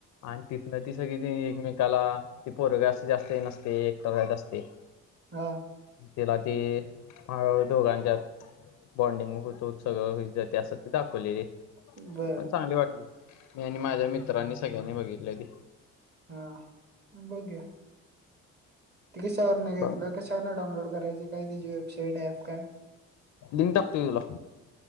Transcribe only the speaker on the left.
आणि तिथन ती सगळी त एकमेकाला ती पोरग असं जास्त नसते एकटत असते.
तिला ते हळ दोघांच्यात बॉनडिंग होत सगळं ज ते असत ते दाखवलेली ती
पण चांगली वाटली. मी आणि माझ्या मित्रांनी सगळ्यांनी बघितलय ते
बघ
लिंक टाकतो तुला